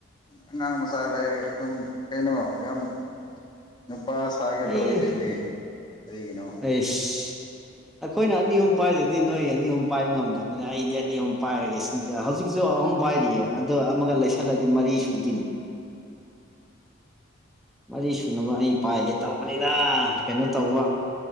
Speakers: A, on the left (about 20°); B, in the centre.
A: ꯑꯉꯥꯡ ꯃꯆꯥ ꯂꯩ ꯑꯗꯨꯝ ꯀꯩꯅꯣ ꯌꯥꯝ ꯅꯨꯄꯥ ꯁꯥꯒꯦ
B: ꯑꯩ
A: ꯇꯧꯋꯤꯗꯨꯕꯨꯗꯤ ꯀꯔꯤꯒꯤꯅꯣ
B: ꯑꯩꯈꯣꯏꯅ ꯑꯅꯤ ꯑꯍꯨꯝ ꯄꯥꯏꯗꯗꯤ ꯅꯣꯏ ꯑꯅꯤ ꯑꯍꯨꯝ ꯄꯥꯏꯕ ꯉꯝꯗꯕꯅꯤꯅ ꯑꯩꯗꯤ ꯑꯅꯤ ꯑꯍꯨꯝ ꯄꯥꯏꯔꯒꯦ ꯁꯤꯅꯤꯗꯤ ꯍꯧꯖꯤꯛꯁꯨ ꯑꯍꯨꯝ ꯄꯥꯏꯔꯤꯌꯦ ꯑꯗꯣ ꯑꯃꯒ ꯂꯩꯁꯜꯂꯗꯤ ꯃꯔꯤ ꯁꯨꯗꯣꯏꯅꯦ ꯃꯔꯤ ꯁꯨꯅꯕ ꯑꯩ ꯄꯥꯏꯒꯦ ꯇꯧꯕꯅꯤꯗ ꯀꯩꯅꯣ ꯇꯧꯕ